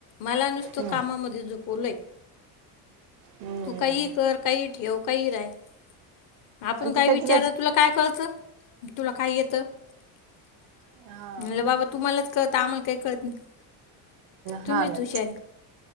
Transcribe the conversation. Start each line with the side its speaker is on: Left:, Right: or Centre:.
Left: मला नुसतो
Right: हम्म
Left: कामामध्ये जोपवलंय <unintelligible>
Right: हम्म
Left: तू काही कर काही ठेव काही राय <unintelligible> आपण
Right: आणि
Left: काय
Right: ते त्याच
Left: विचार
Right: त्याच
Left: तुला काय कळतं तुला काय येतं <unintelligible>
Right: हा
Left: म्हलं बाबा तुम्हालाच कळत आम्हाला काही कळत नाही
Right: हा
Left: तुम्हीच
Right: ना
Left: हुशार आहे